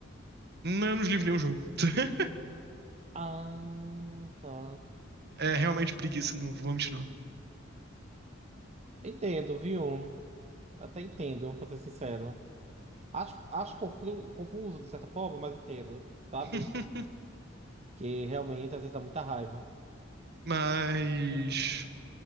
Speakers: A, on the right; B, on the right.
A: Não, eu não livro nenhum jogo. <laughs>
B: Ah, tá.
A: É realmente preguiça, não vou mentir não.
B: Entendo, viu? Até entendo, pra ser sincero. Acho, acho conflu- confuso, de certa forma, mas entendo, sabe?
A: <laughs>
B: Que realmente às vezes dá muita raiva.
A: Mas